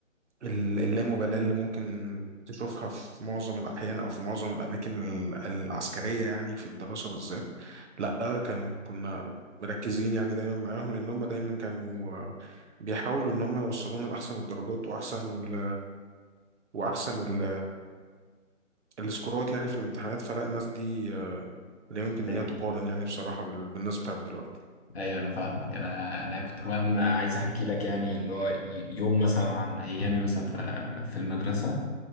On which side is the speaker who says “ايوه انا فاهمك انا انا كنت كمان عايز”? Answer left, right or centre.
Left